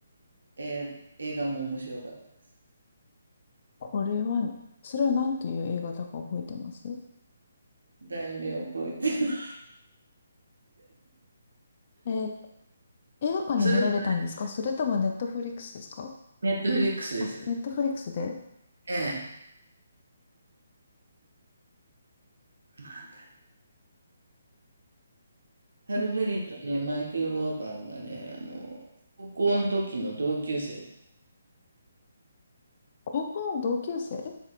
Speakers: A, on the right; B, on the left.
A: えー映画も面白かったです。
B: これは、それは何という映画だか覚えてます
A: 題名覚えてない。
B: えーっ映画館で見られたんですかそれともネットフリックスですか
A: それはネットフリックスです。
B: あ、ネットフリックスで、
A: ええ。なんだハルベリーとね、
B: うん
A: マイケル・ウォーバーグがね、あの、高校の時の同級生。
B: 高校の同級生で